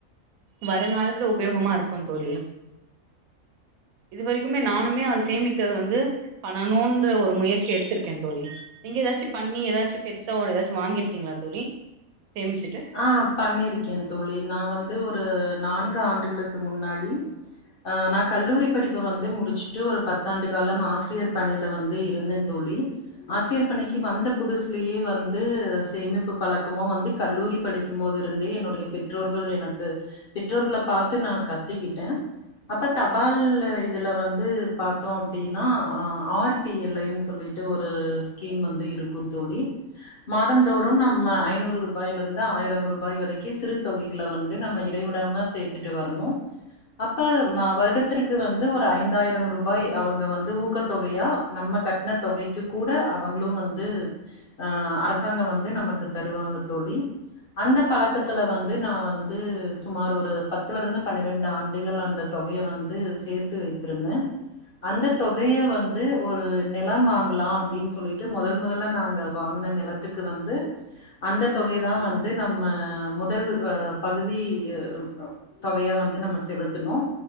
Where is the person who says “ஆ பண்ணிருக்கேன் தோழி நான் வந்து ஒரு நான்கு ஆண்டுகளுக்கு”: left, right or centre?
Left